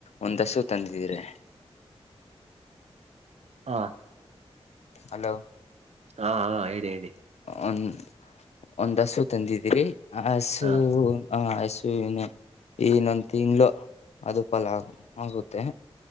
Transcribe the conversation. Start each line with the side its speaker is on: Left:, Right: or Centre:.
Left: ಒಂದಸು ತಂದಿದ್ರೆ
Right: ಹಾ
Left: ಹಲೋ
Right: ಹಾ ಹಾ ಹೇಳಿ ಹೇಳಿ
Left: ಒನ್ ಒಂದ ಹಸು ತಂದಿದಿರಿ ಆಸು
Right: ಹಾ
Left: ಹ ಆಸು ಇನೆ ಇನ್ನೊಂದು ತಿಂಗಳು ಅದು ಫಲ ಆಗುತ್ತೆ